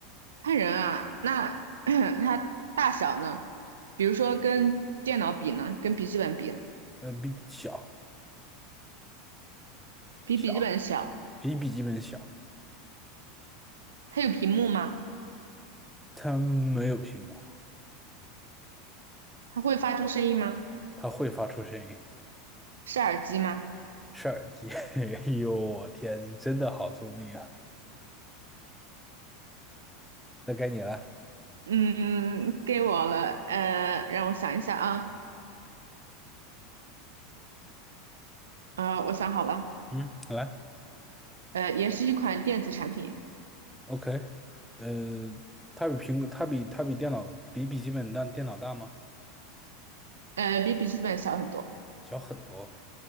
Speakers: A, on the right (about 75°); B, in the centre.
A: 看人啊，那 <coughs> <clears throat> 它大小呢？比如说跟电脑比呢，跟笔记本比呢，
B: 呃，比小
A: 比笔记本小，
B: 小比笔记本小，
A: 它有屏幕吗？
B: 它没有屏幕，
A: 它会发出声音吗？
B: 它会发出声音，
A: 是耳机吗？
B: 是耳机。<laughs> 哎呦，我天，你真的好聪明啊！那该你了，
A: 嗯，给我了，呃，让我想一下啊，呃，我想好了。
B: 嗯，来。
A: 呃，也是一款电子产品，
B: OK，呃，它比苹果，它比它比电脑比笔记本大，电脑大吗？
A: 呃，比笔记本小很多。
B: 小很多。